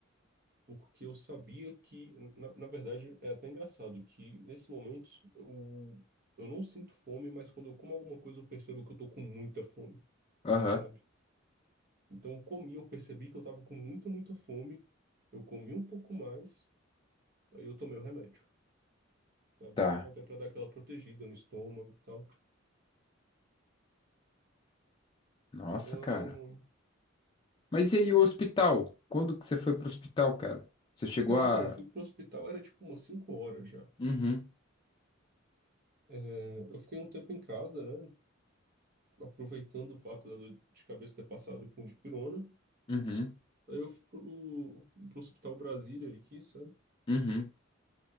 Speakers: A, on the right (about 50°); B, on the left (about 25°).
A: porque eu sabia que, na, na verdade é até engraçado que nesses momentos eu, eu não sinto fome, mas quando eu como alguma coisa eu percebo que eu tô com muita fome.
B: Aham,
A: sabe? Então eu comi, eu percebi que eu tava com muita, muita fome. Eu comi um pouco mais, aí eu tomei o remédio, sabe?
B: tá.
A: Até para dar aquela protegida no estômago e tal.
B: Nossa,
A: Ahn,
B: cara. Mas e aí o hospital? Quando que você foi pro hospital, cara? Você chegou
A: cara,
B: a...
A: então, eu fui pro hospital, era tipo umas 5 horas já.
B: Uhum.
A: É, eu fiquei um tempo em casa, né? Aproveitando o fato da dor de cabeça ter passado com dipirona.
B: Uhum.
A: Aí eu fui pro, pro Hospital Brasília aqui, sabe?
B: Uhum.